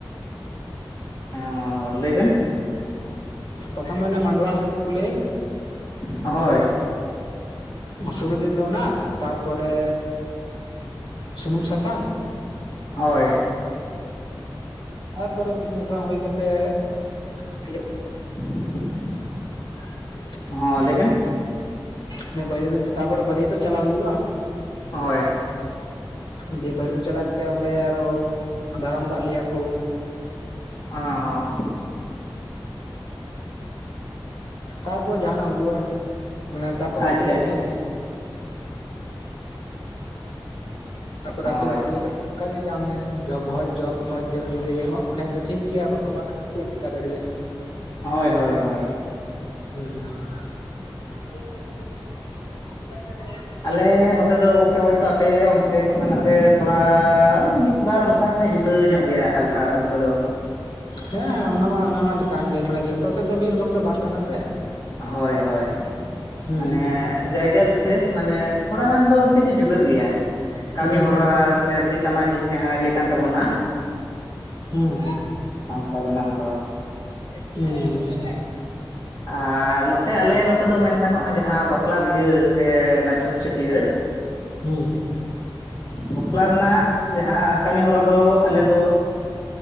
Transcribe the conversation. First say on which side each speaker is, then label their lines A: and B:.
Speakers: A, on the left (about 50°); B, on the left (about 70°).
A: ᱚ ᱞᱟᱹᱭ ᱵᱮᱱ
B: ᱯᱨᱚᱛᱚᱢ ᱫᱚ ᱚᱱᱮ ᱢᱟᱱᱰᱣᱟ ᱥᱮ ᱪᱮᱫ ᱠᱚ ᱞᱮᱭ᱾
A: ᱦᱳᱭ᱾
B: ᱥᱩᱨᱩ ᱫᱤᱱ ᱫᱚ ᱚᱱᱟ ᱛᱟᱨᱯᱚᱨᱮ ᱥᱩᱱᱩᱢ ᱥᱟᱥᱟᱝ
A: ᱦᱳᱭ
B: ᱛᱟᱨᱯᱚᱨᱮ ᱥᱩᱱᱩᱢ ᱥᱟᱥᱟᱝ ᱦᱩᱭ ᱠᱟᱛᱮᱜ ᱵᱤᱦᱟᱹ
A: <unintelligible>
B: <unintelligible>
A: ᱦᱚᱸ ᱞᱟᱹᱭᱵᱮᱱ?
B: ᱦᱮᱸ ᱵᱟᱨᱤᱭᱟᱹᱛᱚᱜ ᱛᱟᱨᱯᱚᱨᱮ ᱵᱟᱨᱤᱭᱟᱹᱛᱚᱜ ᱪᱟᱞᱟᱜ ᱦᱩᱭᱩᱜᱼᱟ।
A: ᱦᱳᱭ
B: ᱫᱤᱭᱮ ᱵᱟᱨᱤᱭᱟᱹᱛᱚᱜ ᱪᱟᱞᱟᱣ ᱠᱟᱛᱮ ᱚᱸᱰᱮ ᱟᱨᱦᱚ ᱫᱟᱨᱟᱢ ᱫᱟᱜ ᱞᱮᱭᱟ ᱠᱩ᱾
A: ᱚᱸ ᱦᱚᱸ᱾
B: ᱛᱟᱨᱯᱚᱨ ᱡᱟᱦᱟᱸᱟᱱᱟᱜ ᱦᱩᱭᱩᱜᱼᱟ, ᱢᱟᱱᱮ ᱛᱟᱨᱯᱚᱨ
A: ᱟᱪᱪᱷᱟ
B: ᱟᱛᱳ ᱞᱮ ᱵᱚᱞᱚᱱᱟ᱾
A: ᱟᱪᱪᱷᱟ
B: <inaudible> ᱛᱟᱨᱯᱚᱨ
A: ᱚ
B: ᱟᱛᱳ ᱵᱚᱞᱚ
A: ᱟᱪᱪᱷᱟ
B: ᱠᱟᱛᱮ ᱚᱱᱠᱟᱜ ᱜᱮ ᱪᱟᱢ ᱱᱮ ᱵᱷᱚᱡᱽ ᱡᱚᱢ ᱯᱷᱡᱽ ᱡᱚᱢ ᱡᱩᱫᱤ ᱮᱢᱚᱜ ᱠᱚ ᱠᱷᱟᱡ ᱫᱚ ᱴᱷᱤᱠ ᱜᱮᱭᱟ ᱵᱟᱠᱚ ᱮᱢᱟᱜ ᱠᱷᱟᱱ ᱪᱮᱫ ᱮᱢ ᱪᱮᱠᱟ ᱫᱟᱲᱤᱭᱟ᱾
A: ᱦᱚᱭ ᱦᱚᱭ ᱦᱚᱭ᱾
B: ᱦᱩᱸ᱾ <unintelligible>
A: ᱟᱞᱮ ᱱᱚᱛᱮ ᱫᱚ ᱜᱚᱝᱠᱮ ᱦᱳᱭᱛᱚ ᱟᱯᱮ ᱚᱱᱛᱮ ᱠᱷᱚᱱ ᱫᱚ ᱱᱟᱥᱮ ᱛᱷᱚᱲᱟ ᱢᱤᱫ ᱵᱟᱨ ᱚᱱᱠᱟ ᱢᱟᱱᱮ ᱡᱩᱫᱟᱹ ᱧᱚᱜ ᱜᱮᱭᱟ ᱦᱟᱞᱠᱟ ᱯᱩᱞᱠᱟᱹ ᱫᱚ᱾
B: ᱦᱮᱸ ᱦᱮᱸ ᱚᱱᱟ ᱢᱟ ᱚᱱᱟ ᱢᱟ ᱠᱟᱱ ᱜᱮ ᱢᱟᱱᱮ ᱡᱷᱚᱛᱚ ᱥᱮᱫ ᱫᱚ ᱢᱤᱫ ᱨᱚᱠᱚᱢ ᱥᱮᱫ ᱵᱟᱝ ᱛᱟᱦᱮᱱᱟ ᱥᱮ᱾
A: ᱦᱚᱭ ᱦᱚᱭ,
B: ᱦᱩᱸ
A: ᱢᱟᱱᱮ ᱡᱟᱭᱜᱟ ᱵᱤᱥᱮᱥ ᱢᱟᱱᱮ ᱛᱷᱚᱲᱟ ᱜᱟᱱ ᱫᱚ ᱠᱟᱹᱴᱤᱡ ᱫᱚ ᱡᱩᱫᱟᱹᱜ ᱜᱤᱭᱟ᱾ ᱠᱟᱢᱤ
B: ᱦᱩᱸ
A: ᱦᱚᱨᱟ ᱥᱮ ᱢᱤᱫᱴᱤᱡ ᱥᱟᱢᱟᱡᱤᱠ ᱡᱟᱦᱟᱸ ᱤᱭᱟᱹ ᱠᱟᱱ ᱛᱟᱵᱚᱱᱟ᱾
B: ᱦᱩᱸ
A: ᱠᱟᱢᱠᱟᱡᱽ ᱚᱱᱟ ᱠᱚᱫᱚ
B: ᱦᱩᱸ᱾
A: ᱟᱨ ᱱᱚᱛᱮ ᱟᱞᱮ ᱱᱚᱛᱮ ᱫᱚ ᱢᱮᱱ ᱜᱟᱱᱚᱜᱼᱟ ᱡᱟᱦᱟᱸ ᱵᱟᱯᱞᱟ ᱵᱤᱦᱟᱹ ᱥᱮ ᱚᱱᱟ ᱪᱷᱩᱛ ᱪᱷᱟᱹᱴᱤᱭᱟᱹᱨ
B: ᱦᱩᱸ
A: ᱵᱟᱯᱞᱟ ᱨᱮᱱᱟᱜ ᱡᱟᱦᱟᱸ ᱠᱟᱹᱢᱤ ᱦᱚᱨᱟ ᱫᱚ ᱟᱞᱮ ᱫᱚ